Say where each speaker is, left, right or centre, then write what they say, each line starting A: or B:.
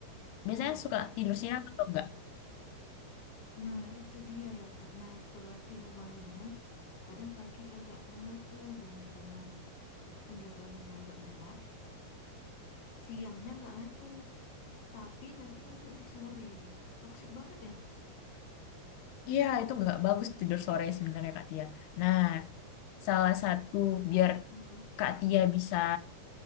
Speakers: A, on the left; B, on the left.
A: biasanya
B: mm
A: suka tidur siang atau enggak
B: Nah, itu dia ya, karena telat tidur malamnya. Kadang pagi agak melar tuh bangunnya. Udah bangunnya agak melar, siangnya nggak ngantuk. Tapi nanti ngantuknya di sore. Toksik banget ya?
A: Iya itu nggak bagus tidur sore sebenarnya Kak Tia nah salah satu biar
B: Mm-mm.
A: Kak Tia bisa